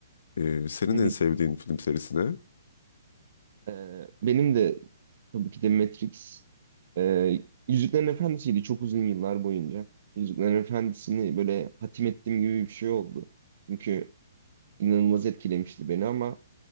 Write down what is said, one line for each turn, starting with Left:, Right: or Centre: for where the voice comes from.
Left: Ee, senin
Right: hı
Left: en
Right: hı.
Left: sevdiğin film serisi ne?
Right: Ee, benim de tabii ki de Matrix. Ee, Yüzüklerin Efendisi'ydi çok uzun yıllar boyunca. Yüzüklerin Efendisi'ni böyle hatim ettiğim gibi bir şey oldu. Çünkü inanılmaz etkilemişti beni ama